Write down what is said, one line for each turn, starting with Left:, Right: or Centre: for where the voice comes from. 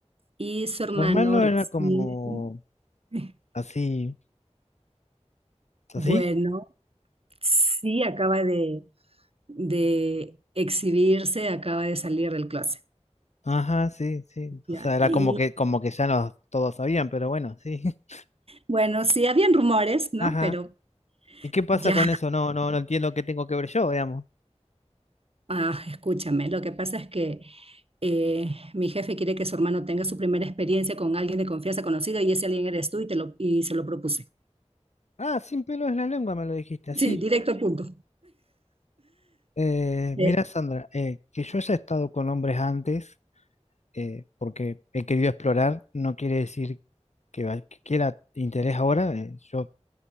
Right: y su
Left: Su
Right: hermano
Left: hermano
Right: recibe,
Left: era como
Right: <laughs>
Left: así, así.
Right: bueno, sí, acaba de, de exhibirse, acaba de salir del closet,
Left: Ajá, sí, sí.
Right: ya,
Left: O sea, era
Right: y
Left: como que, como que ya nos todos sabían, pero bueno, sí. <laughs>
Right: bueno, sí, habían rumores, ¿no?
Left: Ajá.
Right: Pero
Left: ¿Y qué pasa
Right: Ya,
Left: con eso? No, no, no entiendo qué tengo que ver yo, digamos.
Right: ah, escúchame, lo que pasa es que eh, mi jefe quiere que su hermano tenga su primera experiencia con alguien de confianza conocido y ese alguien eres tú y, te lo, y se lo propuse.
Left: Ah, sin pelo en la lengua me lo dijiste, así.
Right: Sí, directo al punto.
Left: Eh,
Right: Eh,
Left: mira, Sandra, eh, que yo haya estado con hombres antes, eh, porque he querido explorar, no quiere decir que, va- que quiera interés ahora. eh, yo